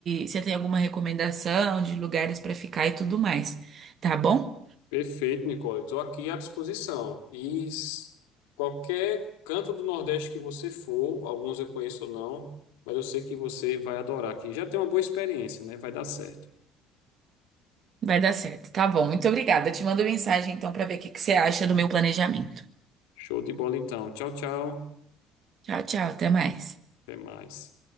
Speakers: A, on the right; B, on the left.
A: se tem alguma recomendação de lugares para ficar e tudo mais. Tá bom?
B: Perfeito, Nicole. Estou aqui à disposição. E s- qualquer canto do Nordeste que você for, alguns eu conheço ou não, mas eu sei que você vai adorar aqui. Já tem uma boa experiência, né? Vai dar certo.
A: Vai dar certo. Tá bom. Muito obrigada. Eu te mando mensagem então para ver o que que você acha do meu planejamento.
B: Show de bola então. Tchau, tchau.
A: Tchau, tchau. Até mais.
B: Até mais.